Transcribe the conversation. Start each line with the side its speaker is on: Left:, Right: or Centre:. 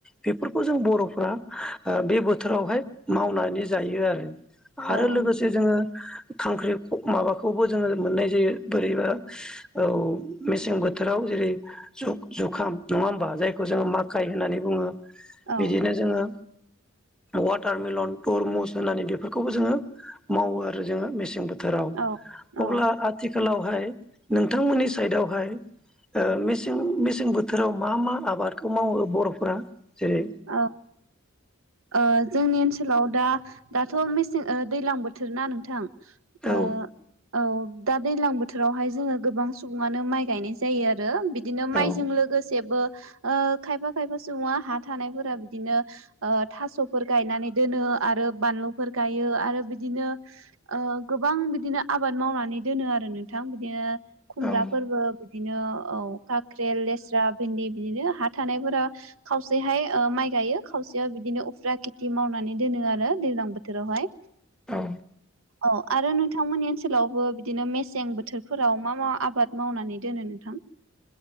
Centre: बेफोरखौ जों बर'फ्रा ओ बे बोथोरावहाय मावनानै जायो आरो आरो
Right: औ
Centre: लोगोसे
Right: नंगौ
Centre: जोङो खांख्रि माबाखौबो जोङो मोननाय जायो बोरैबा औ मेसें बोथोराव जेरै जु जुखाम नङा होमबा जायखौ जोङो माखाइ होननानै बुङो
Right: औ
Centre: बिदिनो जोङो वाटारमेलन थरमुस होनानै बेफोरखौबो जोङो मावो आरो जोङो मेसें बो थोराव
Right: औ औ
Centre: अब्ला आथिखालावहाय नोंथांमोननि साइडआवहाय ओ मेसें-मेसें बोथोराव मा-मा आबादखौ मावो बर'फोरा जेरै
Right: औ ओ जोंनि ओनसो सोलाव, दा दाथ' मेसें ओ दैज्लां बोथोर ना नोंथां
Centre: औ
Right: ओ औ दा दैज्लां बोथोरावहाय जोङो गोबां सुबुङानो माइ गायनाय जायो आरो बि दिनो माइजों
Centre: औ
Right: लोगोसेबो ओ खायफा खायफा सुबुङा हा थानायफोरा बिदिनो ओ थास'फोर गायनानै दोनो आरो बानलुफोर गायो आरो बि दिनो ओ गोबां बिदिनो आबाद मावनानै दोनो आरो नोंथां। बिदिनो खुमब्राफोरबो
Centre: औ
Right: बिदिनो औ काख्रेल, लेस्रा, भिन्दि बिदिनो हा थानायफोरा खावसे हाय ओ माइ गायो खावसेयाव बिदिनो उफ्रा खेथि मावनानै दोनो आरो दैज्लां बोथोरावहाय।
Centre: औ
Right: अह आरो नों थांमोननि ओनसोलावबो बिदिनो मेसें बोथोरफोराव मा मा आबाद मावनानै दोनो नोंथां? <inaudible>